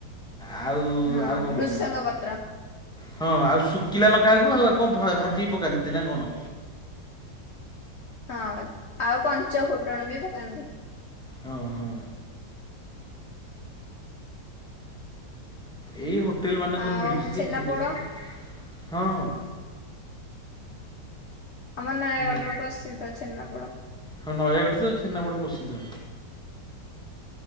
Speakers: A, in the centre; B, on the left.
A: ଆଉ।
B: ହଁ
A: ଆଉ କ'ଣ ପଡ଼ିବ
B: ଭୃସଙ୍ଗ ପତ୍ର।
A: ହଁ ଆଉ ଶୁଖିଲା ଲଙ୍କାକୁ ଆଉ ଆକୁ କଁ ଭାଜିିକି ପକାନ୍ତି ନା କଣ?
B: ହଁ ଆଉ ପଞ୍ଚ ଫୁଟଣ ବି ପକାନ୍ତି।
A: ହଁ ହଁ। ଏଇ ହୋଟେଲ ମାନଙ୍କରୁ
B: ଆଉ
A: ମିଳୁଛି ଯେ
B: ଛେନାପୋଡ
A: ସେଇଟାଇପର। ହଁ।
B: ଆମ ନୟାଗଡ଼
A: ଛେନା
B: ର ପ୍ରସିଦ୍ଧ ଛେନାପୋଡ।
A: ହଁ ନୟାଗଡ଼ ତ ଛେନାପୋଡ଼ ପ୍ରସିଦ୍ଧ।